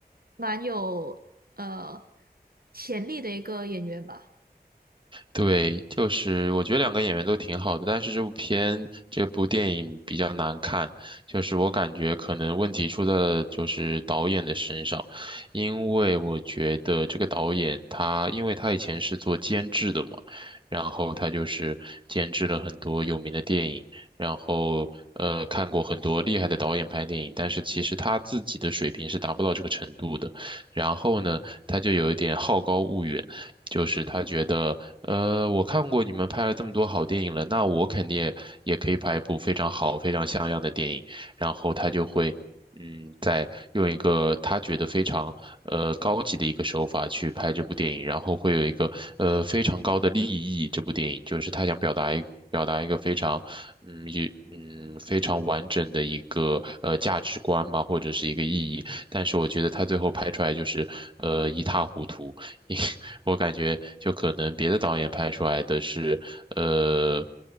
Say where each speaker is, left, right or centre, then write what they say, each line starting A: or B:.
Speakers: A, on the right; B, on the right.
A: 蛮有呃潜力的一个演员吧。
B: 对，就是我觉得两个演员都挺好的，但是这部片这部电影比较难看，就是我感觉可能问题出在了就是导演的身上，因为我觉得这个导演他，因为他以前是做监制的嘛，然后他就是监制了很多有名的电影，然后呃看过很多厉害的导演拍电影，但是其实他自己的水平是达不到这个程度的，然后呢，他就有一点好高骛远。就是他觉得，呃，我看过你们拍了这么多好电影了，那我肯定也也可以拍一部非常好、非常像样的电影。然后他就会，嗯，在用一个他觉得非常呃高级的一个手法去拍这部电影，然后会有一个呃非常高的利益。这部电影就是他想表达一表达一个非常，嗯，也嗯非常完整的一个呃价值观吧，或者是一个意义。但是我觉得他最后拍出来就是呃一塌糊涂。<laughs> 我感觉就可能别的导演拍出来的是，呃，